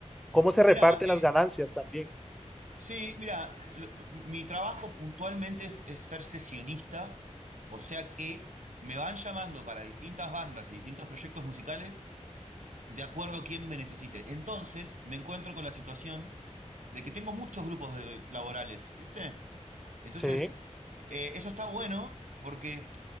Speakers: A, in the centre; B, on the right (about 85°).
A: ¿Cómo se
B: Mira,
A: reparten
B: eh,
A: las ganancias también?
B: sí, mira, mi trabajo puntualmente es, es ser sesionista, o sea que me van llamando para distintas bandas y distintos proyectos musicales de acuerdo a quién me necesite. Entonces me encuentro con la situación de que tengo muchos grupos de- laborales, ¿viste? Entonces,
A: Sí,
B: eh, eso está bueno porque